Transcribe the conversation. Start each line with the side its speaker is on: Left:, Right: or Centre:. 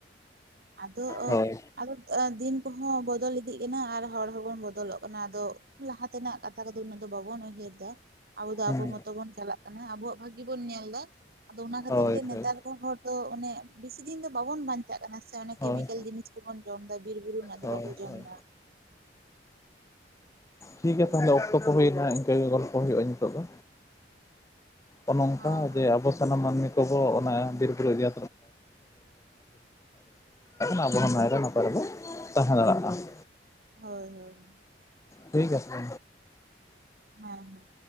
Right: ᱟᱫᱚ,
Left: ᱦᱳᱭ
Right: ᱟᱫᱚ ᱫᱤᱱ ᱠᱚ ᱦᱚᱸ ᱵᱚᱫᱚᱞ ᱤᱫᱤᱜ ᱠᱟᱱᱟ ᱟᱨ ᱦᱚᱲ ᱦᱚᱸᱵᱚᱱ ᱵᱚᱫᱚᱞᱚᱜ ᱠᱟᱱᱟ ᱟᱫᱚ ᱞᱟᱦᱟ ᱛᱮᱱᱟᱜ ᱠᱟᱛᱷᱟ ᱠᱚ ᱫᱚ ᱩᱱᱟᱹᱜ ᱫᱚ ᱵᱟᱵᱚᱱ ᱩᱭᱦᱟᱹᱨᱫᱟ ᱾ ᱟᱵᱚ ᱫᱚ
Left: ᱦᱩᱸ
Right: ᱟᱵᱚ ᱢᱚᱛᱚ ᱵᱚᱱ ᱪᱟᱞᱟᱜ ᱠᱟᱱᱟ ᱟᱵᱚᱣᱟᱜ ᱵᱷᱟᱜᱤ ᱵᱚᱱ ᱧᱮᱞ ᱮᱫᱟ, ᱟᱫᱚ ᱚᱱᱟ ᱠᱷᱟᱹᱛᱤᱨ
Left: ᱦᱳᱭ
Right: ᱜᱮ
Left: ᱦᱳᱭ
Right: ᱱᱮᱛᱟᱨ ᱠᱚ ᱦᱚᱲ ᱛᱚ ᱚᱱᱮ ᱵᱤᱥᱤ ᱫᱤᱱ ᱫᱚ ᱵᱟᱵᱚᱱ ᱵᱟᱧᱪᱟᱜ ᱠᱟᱱᱟ ᱾ ᱚᱱᱮ
Left: ᱦᱳᱭ
Right: ᱠᱮᱢᱤᱠᱮᱞ ᱡᱤᱱᱤᱥ ᱠᱚᱵᱚᱱ ᱡᱚᱢ ᱮᱫᱟ ᱵᱤᱨᱵᱩᱨᱩ ᱨᱮᱱᱟᱜ ᱫᱚ
Left: ᱦᱳᱭ
Right: ᱵᱟᱵᱚᱱ ᱡᱚᱢ
Left: ᱦᱳᱭ
Right: ᱮᱫᱟ,
Left: ᱴᱷᱤᱠ
Right: ᱵᱟᱞᱮ
Left: ᱜᱮᱭᱟ ᱛᱟᱦᱞᱮ ᱚᱠᱛᱚ ᱠᱚ ᱦᱩᱭᱱᱟ ᱤᱱᱠᱟᱹ ᱜᱮ ᱜᱚᱞᱯᱚ ᱦᱳᱭᱳᱜᱼᱟ ᱱᱤᱛᱚᱜ ᱫᱚ ᱱᱚ-ᱱᱚᱝᱠᱟ
Right: ᱦᱳᱭ
Left: ᱦᱚᱸ ᱡᱮ ᱟᱵᱚ, ᱥᱟᱱᱟᱢ ᱢᱟᱹᱱᱢᱤ ᱠᱚᱵᱚ ᱚᱱᱟ ᱵᱤᱨ ᱵᱩᱨᱩ ᱤᱫᱤ <inaudible> ᱟᱵᱚ ᱦᱚᱸ ᱱᱟᱭ ᱨᱮ <inaudible> ᱛᱟᱦᱮᱸ ᱫᱟᱲᱮᱭᱟᱜᱼᱟ ᱾
Right: ᱦᱳᱭ ᱦᱳᱭ,
Left: ᱴᱷᱤᱠ ᱟᱪᱪᱷᱮ,
Right: ᱦᱮᱸ ᱦᱮᱸ,